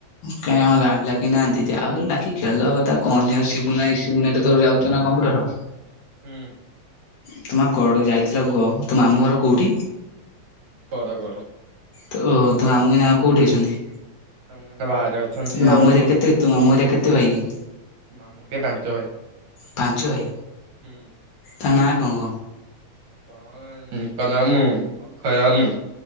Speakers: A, on the left; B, on the right.
A: କାଇଁ ଆମ ଗାଁ ପିଲା କେହି ନାହାନ୍ତି ଆଉ କି ଖେଲିବା କଥା କହନ୍ତିିବୁୁ ଆଉ ଶିବୁନ ଭାଇ ଶିବୁନ ଭାଇ ତୋ ଯାଉଛ ନା କମ୍ପ୍ୟୁଟର?
B: ହୁଁ।
A: ତୁମ ଗଡ ଯାଇଥିଲ ଗ ତୋ ଆମୁ ଘର କୋଉଠି।
B: ଗଡ ଗଡ।
A: ତ ଓହୋ ତୋ ମାମୁଁ ଏଇନା କୋଉଠି ଅଛନ୍ତି?
B: ସମସ୍ତେ ବାହାରେ ଅଛନ୍ତି
A: ତୋ ମାମୁଁ
B: ଆଉ
A: ହେରିକା କେତେ ତୋ ମାମୁଁ ହେରିକା କେତେ ଭାଇ କି
B: ମାମୁଁ ହେରିକା ପାଞ୍ଚ ଭାଇ
A: ପାଞ୍ଚ ଭାଇ
B: ହୁଁ।
A: ତା ନା କଣ କଣ?
B: ହଁ। ନିକନ ଆମୁ ଅକ୍ଷୟ ଆମୁ